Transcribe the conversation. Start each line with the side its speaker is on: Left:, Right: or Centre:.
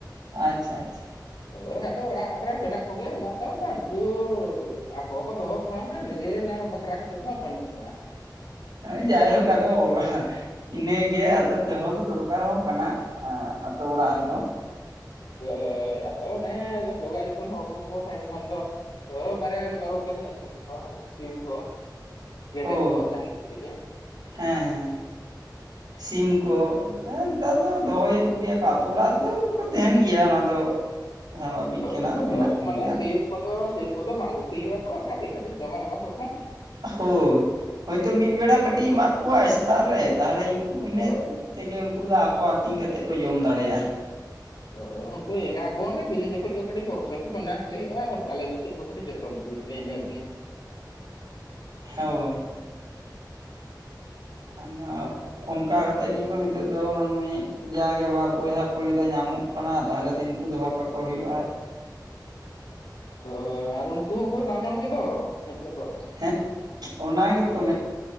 Right: ᱟᱪᱪᱷᱟ ᱟᱪᱪᱷᱟ
Left: ᱦᱳᱭ ᱟᱫᱚ ᱚᱲᱟᱜ ᱨᱮ ᱢᱮᱱᱟᱜ ᱠᱚᱜᱮᱭᱟ ᱢᱮᱱᱟᱜ ᱱᱟᱜ ᱫᱚ ᱩᱱᱠᱩ ᱟᱠᱚ ᱠᱚ ᱫᱚᱦᱚ ᱠᱷᱟᱱ ᱱᱤᱡᱮ ᱵᱟᱠᱷ ᱠᱷᱟᱨᱟ ᱠᱟᱛᱮᱫ ᱦᱚᱸ ᱵᱟᱹᱱᱩᱜ ᱠᱚᱣᱟ
Right: ᱦᱮ ᱡᱟᱭᱦᱳᱠ ᱟᱫᱚ ᱤᱱᱟᱹᱜᱮ ᱟᱫᱚ ᱛᱮᱦᱚᱸ ᱫᱚ ᱫᱚᱨᱠᱟᱨ ᱦᱚᱸ ᱠᱟᱱᱟ ᱟᱛᱳ ᱚᱲᱟᱜ ᱨᱮᱫᱚ
Left: ᱦᱮᱸ ᱦᱳᱭ ᱟᱫᱚ ᱚᱱᱮ ᱡᱚᱜᱟᱣ ᱡᱚᱛᱚᱱ ᱦᱚᱲ ᱠᱚᱠᱚ ᱛᱟᱦᱮᱸᱱ ᱠᱷᱟᱱ ᱫᱚ ᱵᱟᱨᱭᱟ ᱜᱟᱱ ᱢᱮᱨᱚᱢ ᱫᱚᱞᱤᱧ ᱟᱹᱥᱩᱞ ᱠᱚ ᱦᱸ ᱥᱤᱢ ᱠᱚ ᱜᱮᱰᱮ
Right: ᱦᱳᱭ
Left: ᱠᱚ ᱡᱟᱦᱟᱸᱱ ᱠᱚ ᱛᱮᱜᱮ
Right: ᱦᱮᱸ ᱦᱮᱸ ᱥᱤᱢ ᱠᱚ ᱦᱮᱸ ᱱᱮᱛᱟᱨ ᱫᱚ ᱫᱚᱦᱚᱭᱮᱫ ᱠᱚ ᱜᱮᱭᱟ ᱠᱚ ᱟᱛᱳ ᱚᱲᱟᱜ ᱨᱮᱫᱚ ᱠᱚ ᱛᱟᱦᱮᱱ ᱜᱮᱭᱟ ᱚᱱᱟ ᱫᱚ ᱥᱟᱵᱷᱟᱵᱤᱠ
Left: ᱦᱳᱭ
Right: ᱠᱟᱱᱟ ᱢᱮᱱᱟᱜ ᱠᱚᱜᱮᱭᱟ
Left: ᱢᱟᱱᱮ ᱥᱤᱢ ᱠᱚᱫᱚ ᱥᱤᱢ ᱠᱚᱫᱚ ᱵᱟᱝ ᱜᱩᱯᱤ ᱦᱩᱭᱩᱜᱼᱟ ᱛᱚ ᱠᱷᱟᱹᱞᱤ ᱠᱟᱹᱴᱤᱡ ᱡᱚᱢᱟᱜ ᱮᱢᱟ ᱠᱚ ᱠᱷᱟᱱ
Right: ᱦᱳᱭ ᱦᱳᱭᱛᱳ ᱢᱤᱫ ᱵᱮᱲᱟ ᱠᱟᱹᱴᱤᱡ ᱮᱢᱟᱜ ᱠᱚᱣᱟᱭ ᱥᱮᱛᱟᱜ ᱨᱮ ᱛᱟᱦᱚᱞᱮ ᱩᱱᱠᱩ ᱤᱱᱟᱹ
Left: ᱦᱳᱭ
Right: ᱛᱮᱜᱮ ᱩᱱᱠᱩ ᱫᱚ ᱟᱠᱚ ᱟᱹᱛᱤᱧ ᱠᱟᱛᱮᱫ ᱠᱚ ᱡᱚᱢ ᱫᱟᱲᱮᱭᱟᱜᱼᱟ
Left: ᱦᱳᱭ ᱩᱱᱠᱩ ᱮᱸᱜᱟ ᱠᱚ ᱚᱱᱮ ᱵᱤᱞᱤ ᱡᱚᱠᱷᱚᱡ ᱜᱮ ᱠᱟᱹᱴᱤᱡ ᱵᱚᱨᱥᱮ ᱠᱚ ᱵᱮᱱᱟᱣ ᱠᱚ ᱦᱩᱭᱩᱜᱼᱟ ᱟᱨ ᱵᱟᱞᱮ ᱵᱩᱥᱟᱹᱜ ᱠᱚ ᱠᱟᱹᱴᱤᱡ ᱡᱚᱛᱚᱱ ᱠᱚ ᱦᱩᱭᱩᱜᱼᱟ ᱤᱱᱟᱹᱜ ᱜᱮ
Right: ᱦᱳᱭ ᱟᱫᱚ ᱚᱱᱠᱟ ᱠᱟᱛᱮᱜ ᱜᱮᱠᱚ ᱱᱤᱛᱚᱜ ᱫᱚ ᱢᱟᱹᱱᱢᱤ ᱡᱟᱜᱮ ᱵᱟᱨ ᱯᱚᱭᱥᱟ ᱠᱚ ᱞᱟᱹᱭᱫᱟ ᱧᱟᱢᱚᱜ ᱛᱟᱦᱚᱞᱮ ᱫᱤᱱ ᱠᱚ ᱫᱚᱦᱚ ᱠᱟᱠᱚ ᱦᱩᱭᱩᱜᱼᱟ
Left: ᱦᱚ ᱟᱨ ᱩᱱᱠᱩ ᱦᱚᱸᱠᱚ ᱫᱟᱢᱟᱱ ᱜᱮᱫᱚ ᱱᱤᱛᱳ ᱫᱚ
Right: ᱦᱮᱸ ᱚᱱᱟ ᱜᱮᱛᱚ ᱢᱮᱫ